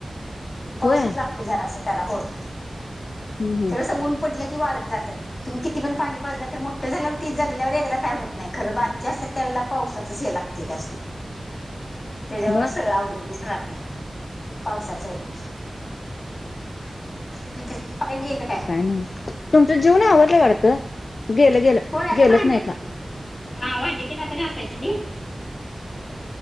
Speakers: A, on the left; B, on the left.
A: पाऊसच
B: होय
A: लागतो जरा अस त्याला होय
B: हम्म हम्म
A: तरसं ऊन पडलं की वाळत जातात तुम्ही किती पण पाणी पाजलं तर मोठं झाल्यावरती जगल्यावर एकदा काय होत नाही खरं बारकी असत त्यावेळेला पावसाचच हे लागते त्यासून त्याच्यावरच
B: मग
A: सगळं अवलंबून राहते पावसाच्या हवर त पघ गेलं
B: काय नव तुमचं जीवन आवडलं काढत गेलं गेलं
A: होय आता
B: गेलंच
A: भांडी
B: नाहीत
A: हा भांडी त ना आता घासायची